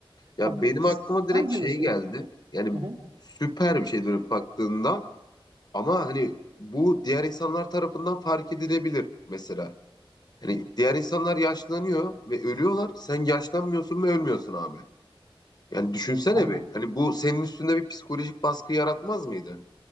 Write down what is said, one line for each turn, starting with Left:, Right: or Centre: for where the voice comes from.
Left: Ya
Right: Ya, b-
Left: benim aklıma direkt
Right: Sence
Left: şey
Right: nasıl
Left: geldi.
Right: olur?
Left: Yani
Right: Hı hı.
Left: süper bir şey dönüp baktığında ama hani bu diğer insanlar tarafından fark edilebilir mesela. Hani diğer insanlar yaşlanıyor ve ölüyorlar. Sen yaşlanmıyorsun ve ölmüyorsun abi. Yani düşünsene
Right: Abi,
Left: bir. Hani bu senin üstünde bir psikolojik baskı yaratmaz mıydı?